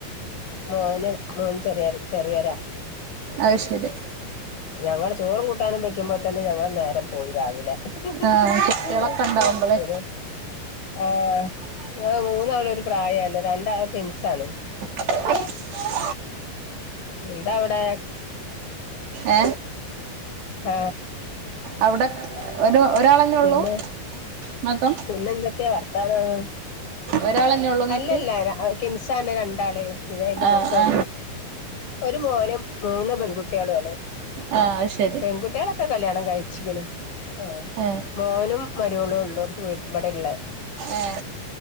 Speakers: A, on the left; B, on the right.
A: മോന് മോന് ചെറിയ ചെറിയതാ.
B: ആ ശെരി.
A: ഞങ്ങൾ ചോറും കൂട്ടാനും വെക്കുമ്പോ തന്നെ ഞങ്ങളെ നേരം പോയി രാവിലെ.
B: ആ കുട്ടികളൊക്കെ
A: <unintelligible>
B: ഉണ്ടാവുമ്പളേ
A: <inaudible> ആ ഇങ്ങള് മൂന്നാളും ഒരു പ്രായല്ലേ രണ്ടാളും ട്വിൻസ് ആണ്.
B: അ <inaudible>
A: എന്താ അവിടെ
B: ഏ
A: ആ
B: അവിടെ ഒരു ഒരാളന്നെ
A: പിന്നെ
B: ഉള്ളൂ മകം
A: പിന്നെ എന്തൊക്കെയാ വർത്താനം.
B: ഒരാളന്നെ ഉള്ളൂ ഇങ്ങക്ക്
A: അല്ലല്ല ട്വിൻസ് ആണ് രണ്ടാള് പിന്നെ അതിന്റെ
B: ആ
A: മൂത്തെന്നു.
B: ആ
A: ഒരു മോനും മൂന്ന് പെൺകുട്ടികളു ആണ്
B: ആ അത് ശരി
A: പെൺകുട്ടികളൊക്കെ കല്യാണം കഴിച്ചിണ്. ആ
B: ഏ
A: മോനും മരോളും ഓളും ഇവിടെ ഇള്ളത്.
B: ഏ